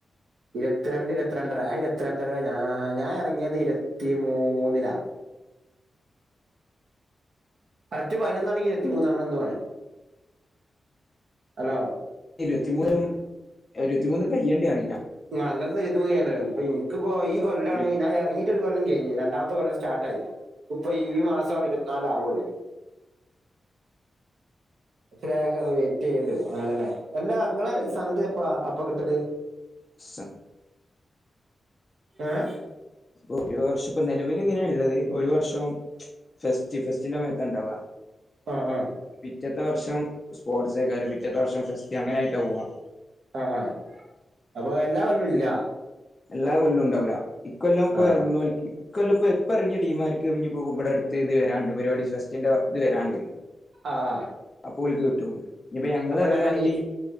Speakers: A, on the right (about 80°); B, on the left (about 20°).
A: ഇരുത്തിരണ്ട് ഇരുപത്തിരണ്ടര ഇരുപത്തിരണ്ടര ഞാ ഞാൻ ഇറങ്ങിയത് ഇ പത്തി മൂന്നില. കറക്റ്റ് പതിനൊന്നാണെങ്കി ഇരുത്തി മൂന്ന് അങ്ങനെ എന്തോണ് ഹലോ
B: ഇരുപത്തിമൂന്നും ഇരുപത്തിമൂന്നും കയ്യേണ്ടിയാണ് ഞാൻ
A: അങ്ങനത്തെ തതും ഇ ഇനിക്കപ്പോ ഈ കൊല്ലാണ്
B: ഇരുപത്തി
A: ഞൻ ഇറങ്ങി ഒരു കൊല്ലം കെയിഞ്ഞു രണ്ടാമത്തെ കൊല്ലം സ്റ്റാർട്ട ആായി ഇപ്പൊ ഈ മാസമാണ് ഇരുത്തിനാലവയുള്ളൂ. <unintelligible> വെയിറ്റ് ചെയ്യേണ്ടും അങ്ങനെതന്നെ എല്ലാ അങ്ങെ സഥാനത്ത് എപ്പാ അപ്പൊ കിട്ടല്.
B: സ
A: ഏഹ്
B: ഒരു വർഷം ഇപ്പൊ നിലവില് ഇങ്ങനെ ഉള്ളത് ഒരു വർഷം. ഫസ്റ്റ് ഫസ്റ്റ്ന്റെ മേത്തണ്ടാവാ
A: ആഹ് ആഹ്
B: പിറ്റത്തെ വർഷം സ്പോർട്സ്സക്കാരം പിറ്റത്തെ വർഷം ഫെസ്റ്റ് അങ്ങനെയായിട്ടാ പോവാ
A: ആഹ് ആഹ് അപ്പൊ എല്ലാ കെല്ലഇല്ല.
B: എല്ലാ കൊല്ലവും ഉണ്ടാവില്ല ഇക്ക കൊല്ലം പ്പൊഇറണോല്
A: ആ
B: ഇ കൊല്ല ഇപ്പോ ഇപ്പ ഇറങ്ങിയ ടീമാർക്ക് നി ഇപ്പോ മ്പടെ അടുത്ത് ഇത് വരാണ്ട് പരിപാടി സസ്റ്റിന്റെ ഇത് വരാണ്ട്.
A: ആഹ്
B: അപ്പോൽക്ക് കിട്ടും ഇപ്പൊ ഞങ്ങൾ എറങ്ങാണെങ്കി
A: ഞ ഈ